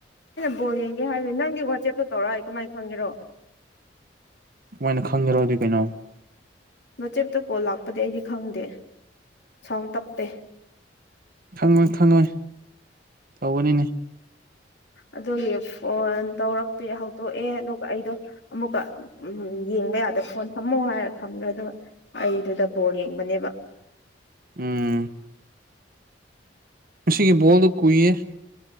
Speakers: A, on the left; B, on the right.
A: ꯍꯕꯣꯔ ꯌꯦꯡꯒꯦ ꯍꯥꯏꯕꯅꯦ ꯅꯪꯗꯤ ꯋꯥꯆꯦꯞꯇ ꯇꯧꯔꯛ ꯑꯩ ꯀꯃꯥꯏꯅ ꯐꯪꯒꯦꯔꯣ
B: ꯃꯣꯏꯅ ꯈꯪꯗ꯭ꯔꯗꯤ ꯀꯩꯅꯣ
A: ꯃꯆꯦꯞꯇ ꯀꯣꯜ ꯂꯥꯛꯄꯗꯤ ꯑꯩꯗꯤ ꯈꯪꯗꯦ ꯁꯥꯎꯟ ꯇꯞꯄꯦ
B: ꯈꯪꯉꯣꯏ ꯈꯪꯉꯣꯏ ꯇꯧꯕꯅꯤꯅꯦ
A: ꯑꯗꯨꯒꯤ ꯐꯣꯟ ꯇꯧꯔꯛꯇꯦ ꯍꯧꯗꯣꯛꯑꯦ ꯑꯗꯨꯒ ꯑꯩꯗꯣ ꯑꯃꯨꯛꯀ ꯎ ꯌꯦꯡꯕ ꯌꯥꯗꯕ ꯐꯣꯟ ꯊꯝꯃꯣ ꯍꯥꯏꯔ ꯊꯝꯈ꯭ꯔꯦ ꯑꯗꯨꯒ ꯑꯩꯗꯨꯗ ꯕꯣꯜ ꯌꯦꯡꯕꯅꯦꯕ <inaudible>
B: ꯎꯝ ꯉꯁꯤꯒꯤ ꯕꯣꯜꯗꯣ ꯀꯨꯏꯌꯦ